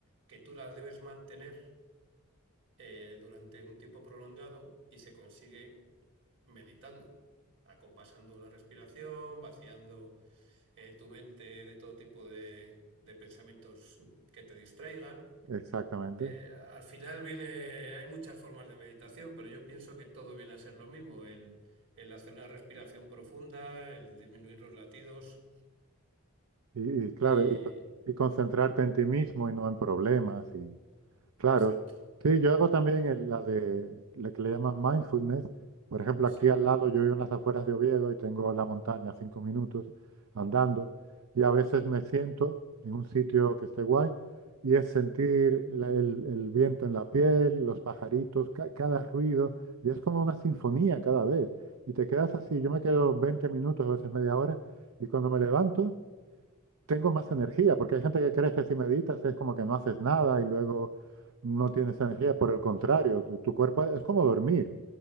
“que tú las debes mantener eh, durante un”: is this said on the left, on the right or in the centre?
Right